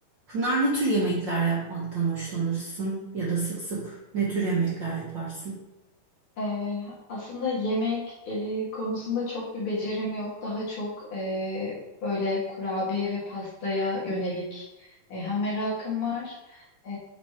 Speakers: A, on the right; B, on the left.
A: Pınar ne tür yemekler yapmaktan hoşlanırsın ya da sık sık ne tür yemekler yaparsın?
B: Ee, aslında yemek e, konusunda çok bir becerim yok. Daha çok e, böyle kurabiye ve pastaya yönelik e, hem merakım var e,